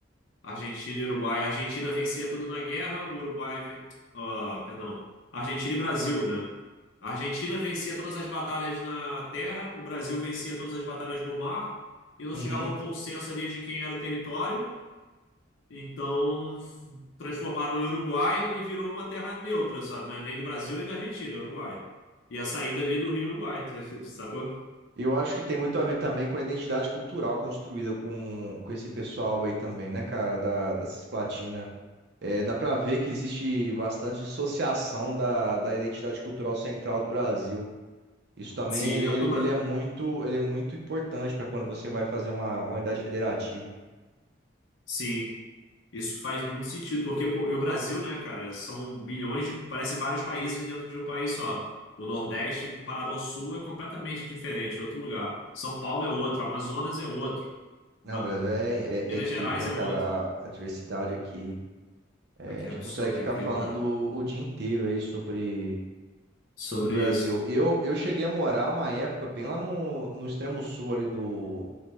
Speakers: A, on the left; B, on the right.
A: Argentina e Uruguai. A Argentina vencia tudo na guerra, o Uruguai. ven- ah, perdão. Argentina e Brasil, né? A Argentina vencia todas as batalhas na terra, o Brasil vencia todas as batalhas no mar, e não
B: Uhum.
A: se chegava ao consenso ali de quem era o território. Então transformaram em Uruguai e virou uma terra neutra, sabe? né? Nem do Brasil nem da Argentina, é Uruguai. E a saída ali do Rio Uruguai, <laughs> sacou?
B: Eu acho que tem muito a ver também com a identidade cultural construída com, com esse pessoal aí também, né, cara, da, da Cisplatina. É, dá pra ver que existe bastante dissociação da, da identidade cultural central do Brasil. Isso também,
A: Sim,
B: ele,
A: é
B: ele,
A: porque o Brasil.
B: ele é muito, ele é muito importante para quando você vai fazer uma, uma unidade federativa.
A: Sim, isso faz muito sentido, porque pô, e o Brasil, né, cara, são milhões de. Parece vários países dentro de um país só. O Nordeste, comparado ao Sul, é completamente diferente, é outro lugar. São Paulo é outro, Amazonas é outro, Ma-
B: Não, o Brasil é, é,
A: Minas
B: é incrível,
A: Gerais
B: né,
A: é
B: cara?
A: outro.
B: A, a diversidade aqui. É,
A: Aqui
B: a gente
A: é absurdo,
B: consegue ficar
A: é incrível
B: falando
A: mesmo.
B: o, o dia inteiro aí sobre,
A: Sobre
B: sobre o Brasil.
A: isso.
B: Eu, eu cheguei a morar uma época bem lá no, no extremo sul ali do,